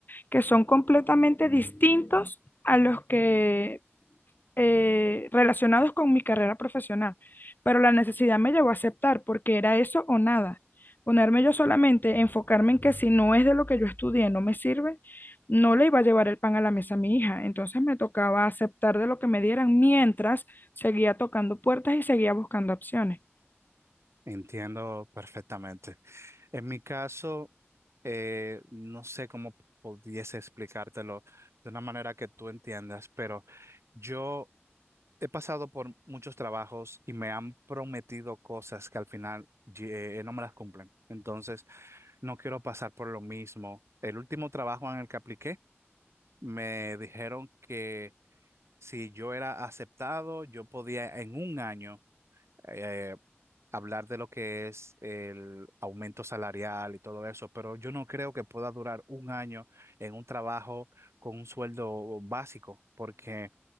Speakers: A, on the left (about 45°); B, on the right (about 75°).
A: que son completamente distintos a los que eh, relacionados con mi carrera profesional, pero la necesidad me llevó a aceptar porque era eso o nada. Ponerme yo solamente, enfocarme en que si no es de lo que yo estudié, no me sirve, no le iba a llevar el pan a la mesa a mi hija. Entonces me tocaba aceptar de lo que me dieran mientras seguía tocando puertas y seguía buscando opciones.
B: Entiendo perfectamente. En mi caso, eh, no sé cómo pudiese explicártelo de una manera que tú entiendas, pero yo he pasado por muchos trabajos y me han prometido cosas que al final ye- eh, no me las cumplen. Entonces, no quiero pasar por lo mismo. El último trabajo en el que apliqué Me dijeron que si yo era aceptado, yo podía en un año eh, hablar de lo que es el aumento salarial y todo eso, pero yo no creo que pueda durar un año en un trabajo con un sueldo básico, porque eh,